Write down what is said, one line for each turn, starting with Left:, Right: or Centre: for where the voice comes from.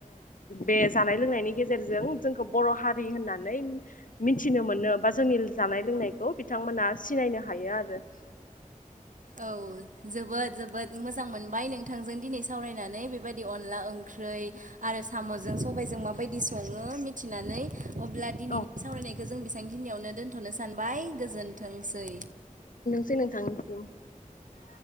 Left: बे जानाय लोंनायनि गेजेरजों जोंखौ बर' हारि हारि होननानै मिथिनो मोनो बा जोंनि जानाय लोंनायखौ बिथांमोना सिनायनो हायो आरो <inaudible>
Right: औ जोबोद जोबोद मोजां मोनबाय नोंथांजों दिनै सावरायनानै बेबायदि अनला ओंख्रि ओंख्रै आरो साम सामजों सबायजों माबायदि सङो मिथिनानै अब्ला दिनैनि
Left: औ
Right: सावरायनायखौ बेसिनियावनो बेसांखिनियावनो दोनथ'नो सानबाय गोजोनथोंसै
Left: <unintelligible>